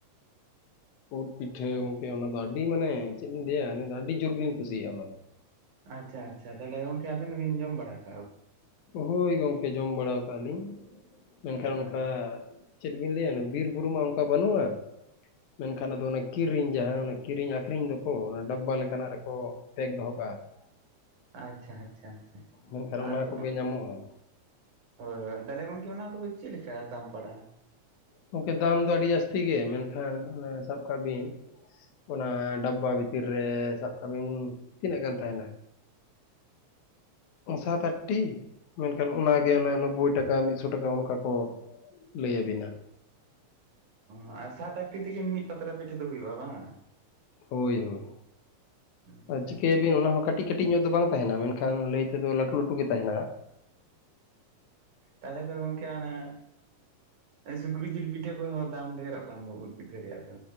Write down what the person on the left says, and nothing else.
ᱩᱫ ᱯᱤᱴᱷᱟᱹ ᱜᱚᱝᱠᱮ ᱚᱱᱟᱫᱚ ᱟᱹᱰᱤ ᱢᱟᱱᱮ ᱪᱮᱫ ᱞᱤᱧ ᱞᱟᱹᱭᱟ ᱚᱱᱟ ᱫᱚ ᱟᱹᱰᱤ ᱡᱳᱨ ᱜᱮᱞᱤᱧ ᱠᱩᱥᱤᱭᱟᱜ-ᱟ ᱚᱱᱟᱫᱚ ᱾
ᱦᱳᱭ ᱜᱚᱢᱠᱮ ᱡᱚᱢ ᱵᱟᱲᱟᱣ ᱠᱟᱜ-ᱟ ᱞᱤᱧ, ᱢᱮᱱᱠᱷᱟᱱ
ᱚᱱᱠᱟ ᱪᱮᱫ ᱵᱤᱱ ᱞᱟᱹᱭᱟ ᱵᱤᱨ ᱵᱩᱨᱩ ᱢᱟ ᱚᱱᱠᱟ ᱵᱟᱹᱱᱩᱜ-ᱟ ᱾ ᱢᱮᱱᱠᱷᱟᱱ ᱟᱫᱚ ᱚᱱᱟ ᱠᱤᱨᱤᱧ ᱡᱟᱦᱟᱸ ᱚᱱᱟ ᱠᱤᱨᱤᱧ ᱟᱹᱠᱷᱨᱤᱧ ᱫᱚᱠᱚ ᱚᱱᱟ ᱰᱟᱵᱵᱟ ᱞᱮᱠᱟᱱᱟᱜ ᱨᱮᱠᱚ ᱯᱮᱠ ᱫᱚᱦᱚ ᱠᱟᱜ-ᱟ ᱾
ᱢᱮᱱᱠᱷᱟᱱ
ᱚᱱᱟ ᱠᱚᱜᱮ ᱧᱟᱢᱚᱜᱼᱟ
ᱜᱚᱢᱠᱮ ᱫᱟᱢ ᱫᱚ ᱟᱹᱰᱤ ᱡᱟᱹᱥᱛᱤ ᱜᱮ ᱢᱮᱱᱠᱷᱟᱱ ᱚᱱᱮ ᱥᱟᱵ ᱠᱟᱜ ᱵᱤᱱ ᱚᱱᱟ ᱰᱟᱵᱵᱟ ᱵᱷᱤᱛᱤᱨ ᱨᱮ ᱥᱟᱵ ᱠᱟᱜ ᱵᱤᱱ ᱛᱤᱱᱟᱹᱜ ᱜᱟᱱ ᱛᱟᱦᱮᱱᱟ? ᱥᱟᱛ ᱟᱴᱴᱤ ᱢᱮᱱᱠᱷᱟᱱ ᱚᱱᱟᱜᱮ ᱚᱱᱮ ᱱᱳᱵᱽᱵᱳᱭ ᱴᱟᱠᱟ ᱢᱤᱫᱥᱚ ᱴᱟᱠᱟ ᱚᱱᱠᱟ ᱠᱚ ᱞᱟᱹᱭ ᱟᱹᱵᱤᱱᱟ ᱾
ᱦᱳᱭ ᱦᱳᱭ
ᱟᱨ ᱪᱤᱠᱟᱹᱭ
ᱟᱵᱤᱱ ᱚᱱᱟ ᱦᱚᱸ ᱠᱟᱹᱴᱤᱡ ᱠᱟᱹᱴᱤᱡ ᱧᱚᱜ ᱫᱚ ᱵᱟᱝ ᱛᱟᱦᱮᱱᱟ ᱢᱮᱱᱠᱷᱟᱱ ᱞᱟᱹᱭ ᱛᱮᱫᱚ ᱞᱟᱹᱴᱩ ᱞᱟᱹᱴᱩ ᱜᱮ ᱛᱟᱦᱮᱱᱟ ᱾